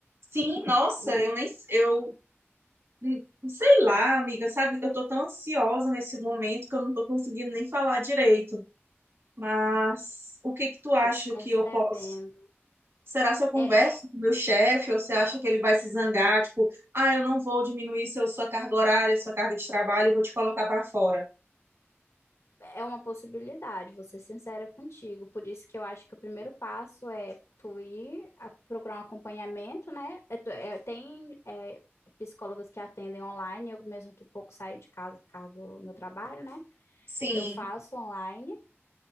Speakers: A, on the right (about 60°); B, on the left (about 75°).
A: Sim, nossa,
B: Hum,
A: eu nem eu hum, sei lá, amiga, sabe? Eu tô tão ansiosa nesse momento que eu não tô conseguindo nem falar direito. Mas o que que tu acha
B: tô percebendo.
A: que eu posso? Será se eu converso
B: É,
A: com o meu chefe ou você acha que ele vai se zangar, tipo, ah, eu não vou diminuir seu, sua carga horária, sua carga de trabalho, eu vou te colocar para fora.
B: é uma possibilidade, vou ser sincera contigo. Por isso que eu acho que o primeiro passo é tu ir a- procurar um acompanhamento, né? É tu- é, tem é, psicólogas que atendem online, eu mesmo que pouco saio de casa por causa do meu trabalho, né?
A: Sim,
B: Eu faço online